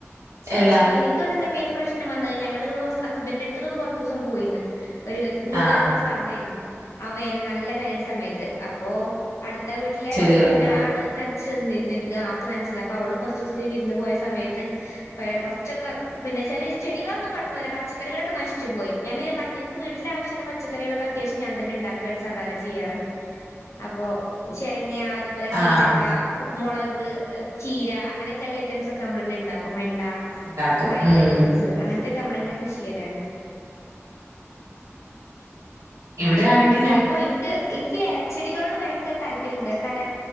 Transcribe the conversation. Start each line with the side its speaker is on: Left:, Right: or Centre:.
Right: എല്ലാ
Left: എനക്ക് തന്നെ മെയിൻ പ്രശ്നം വന്നാ ഞങ്ങള് ഹസ്ബൻഡന്റെ അടുത്ത് നിന്ന് കുറച്ച് ദിവസം പോയിനിന്ന് ഒരു മൂന്നാല്
Right: ആഹ്
Left: മാസം അവിടെയായിരുന്നു ആ വേന നല്ല വേനൽ സമയത്ത് അപ്പൊ അടുത്ത വീട്ടിലെ
Right: ചെടികളെല്ലാം
Left: പിന്നെ ആള് ന നനച്ച് നിന്നിട്ട് ആക്ക് നനച്ചിരുന്നു അപ്പൊ അവളും കുറച്ച് ദിവസം വിരുന്ന് പോയ സമയത്ത് പഴയ കു ച്ചക്കെ പിന്നെ ചെടികളൊന്നും കുഴപ്പമില്ല പച്ച പക്കറികളൊക്കെ നശിച്ചു പോയി ഞൻ എനിക്ക് വീട്ടിലെ ആവശ്യള്ള പച്ചക്കറികളൊക്കേ അത്യാവശ്യ ഞാൻ തന്നേ ഉണ്ടാക്കാറ് സാധാരണ ചെയ്യാറ് അപ്പൊ ശരണിയ അത് അതുപോലെ പീച്ചക്ക
Right: ആഹ്
Left: മുളക് ചീര അങ്ങനെയക്കെല്ല ഐറ്റം ഒക്കെ നമ്മൾ തന്നെ ഉണ്ടാക്കും വെ ണ്ട
Right: ഉണ്ടാക്കും
Left: പയർ
Right: ഉം
Left: ഐറ്റംസ് അങ്ങനത്തൊക്കെ നമ്മള തന്നെ കൃഷി ചെയലാണ്
Right: ഇവിടെയാണെങ്കിൽ
Left: ഇപ്പൊ എനിക്ക് എനിക്ക് ഇലച്ചെടികളോട് ഭയങ്കര താല്പര്യംണ്ട് കല